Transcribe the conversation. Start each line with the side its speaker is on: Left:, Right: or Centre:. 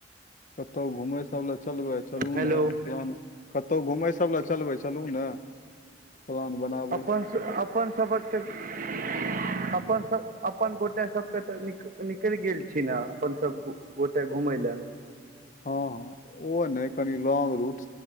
Left: कतै घुमय सभ लऽ चलबै चलू
Right: हेलो
Left: न फैन कतै घुमै सब लए चलबै चलू ने <inaudible> प्लान बनाबू
Right: अपन अपन सबक तऽ <unintelligible> अपन सभ अपन गोटे सभके तऽ नि निकैल गेल छी न अपन सभ गोटे घुमय लऽ
Left: हँ हँ ओ नै कनि लौग रूट